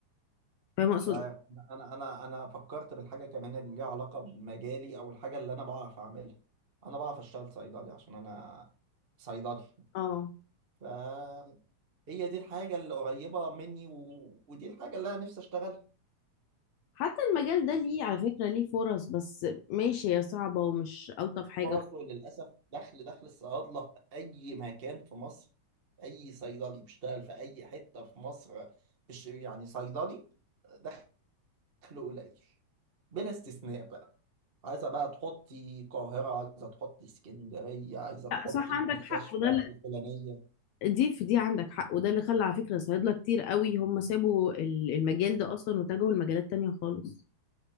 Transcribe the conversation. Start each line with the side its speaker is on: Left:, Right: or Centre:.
Left: فاهم اقصد
Right: مش عارف انا انا انا أنا فكرت بالحاجه كمان اللي ليها علاقه بمجالي او الحاجه اللي انا بعرف اعملها انا بعرف اشتغل صيدلي عشان انا صيدلي
Left: اه
Right: فهي دي الحاجه اللي قريبه مني و... ودي الحاجه اللي انا نفسي اشتغلها
Left: حتى المجال ده ليه على فكرة ليه فرص بس ماشي هي صعبة ومش ألطف حاجة
Right: فرصه للأسف دخل دخل الصيادلة في أي مكان في مصر أي صيدلي بيشتغل في أي حتة في مصر مش يعني صيدلي دخله قليل بلا استثناء بقى عايزة بقى تحطي القاهرة عايزة تحطي اسكندرية عايزة تحطي
Left: لا صح عندك
Right: في مستشفى
Left: حق وده اللي-
Right: الفلانية
Left: دي في دي عندك حق وده اللي خلى على فكرة صيادلة كتير قوي هم سابوا ال- المجال ده أصلا واتجهوا لمجالات تانية خالص